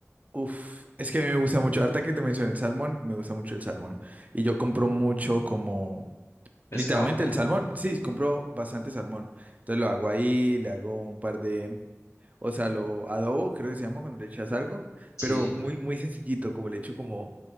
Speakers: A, on the right; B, on the left.
A: Uf, es que a mí me gusta mucho, ahorita que te mencioné el salmón, me gusta mucho el salmón. Y yo compro mucho como,
B: pescado,
A: literalmente
B: ¿o ¿qué?
A: el salmón, sí, compro bastante salmón. Entonces lo hago ahí, le hago un par de, o sea, lo adobo, creo que se llama cuando le echas algo,
B: Sí.
A: pero muy, muy sencillito, como le echo como